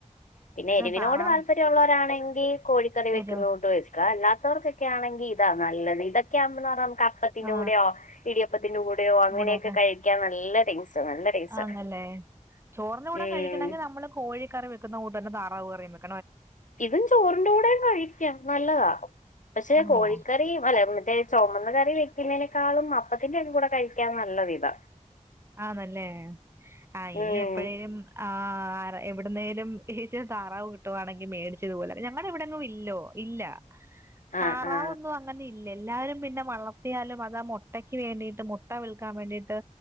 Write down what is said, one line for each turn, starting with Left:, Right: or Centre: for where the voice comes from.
Left: പിന്നെ എരിവിനോട്
Right: താറാവ്
Left: താല്പര്യള്ളരാണെങ്കി കോഴിക്കറി വെക്കുന്നൂട്ട്
Right: എരു
Left: വെ ക്ക അല്ലാത്തവർക്കൊക്കാണെങ്കി ഇതാ നല്ലത് ഇതൊക്കെ ആവുമ്പോന്നറഞ്ഞ നമുക്ക് അപ്പത്തിന്റെ
Right: ആ
Left: കൂടെയോ ഇടിയപ്പത്തിന്റെ കൂടെയോ അങ്ങനെയൊക്കെ
Right: കൂടെയൊക്കെ
Left: കഴിക്കാൻ നല്ല ടൈസ്റ്റ. നല്ല ടേസ്റ്റാ
Right: ആന്നല്ലേ ചോറിന്റെ കൂടെ
Left: ഉം
Right: കഴിക്കണെങ്കിൽ നമ്മള് കോഴിക്കറി വെക്കുന്ന കൂട്ടന്നെ താറാവ് കറിയ വെ
Left: ഇതും ചോറിന്റെ കൂടെ കഴിക്കാം നല്ലതാ പക്ഷെ
Right: ആണോ
Left: കോഴിക്കറി അല്ല മറ്റേ ചൊമന്ന കറി വെക്കുന്നതിനേക്കാളും അപ്പത്തിന്റെ അയും കൂടെ കഴിക്കാൻ നല്ലരിത
Right: ആന്നല്ലേ ആഹ് ഇനി
Left: ഉം
Right: എപ്പഴേലും ആഹ് ആറ എവിടന്നേലും ഈ താറാവ് കിട്ടുകവാണെങ്കിൽ മേടിച്ചിത്പോലെ ഞങ്ങള ഇവിടെങ്ങും ഇല്ലോ ഇല്ല.
Left: ആ
Right: തറാവൊന്നു
Left: ആ
Right: അങ്ങനെ ഇല്ലല്ലാ പിന്നെ വളർത്തിയാലും അതാ മൊ ട്ടക്ക് വേണ്ടീട്ട് മൊട്ട വിൽക്കാൻ വേണ്ടീട്ട്